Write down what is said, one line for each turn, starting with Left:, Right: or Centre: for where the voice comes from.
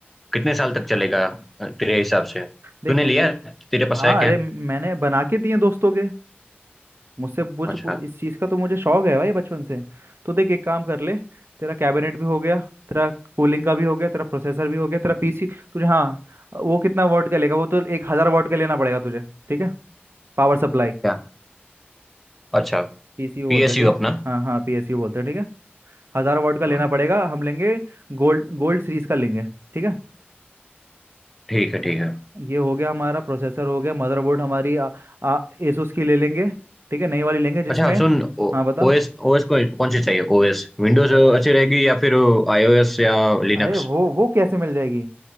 Centre: कितने साल तक चलेगा अ, तेरे हिसाब से
Right: देख
Centre: तूने
Right: लि...
Centre: लिया है? तेरे पास
Right: हाँ
Centre: है क्या
Right: अरे मैंने बना के दिए दोस्तों के मुझसे मुझे
Centre: अच्छा
Right: पु- इस चीज़ का तो मुझे शौक है भाई बचपन से तो देख एक काम कर ले तेरा कैबिनेट भी हो गया तेरा कूलिंग का भी हो गया तेरा प्रोसेसर भी हो गया तेरा पीसी तुझे हाँ वो कितना वाट का लेगा वो तो एक हज़ार वाट का लेना पड़ेगा तुझे ठीक है Power supply
Centre: क्या अच्छा
Right: पीसीयू
Centre: पीएसयू
Right: बोलते हैं ठीक है
Centre: अपना
Right: हाँ हाँ पीएसयू बोलते हैं ठीक है हज़ार वाट का लेना
Centre: हम्म
Right: पड़ेगा हम लेंगे गोल्ड गोल्ड सीरीज का लेंगे ठीक है
Centre: ठीक है ठीक है
Right: ये हो गया हमारा प्रोसेसर हो गया मदरबोर्ड हमारी आ, आ, Asus की ले लेंगे ठीक है नई वाली लेंगे जिसमें
Centre: अच्छा सुन
Right: हाँ बता
Centre: ओएस ओएस कौन कौन सी चाहिए ओएस विंडोज
Right: वो-
Centre: अच्छी रहेगी या फिर आईओएस या लिनक्स
Right: अरे वो वो कैसे मिल जाएगी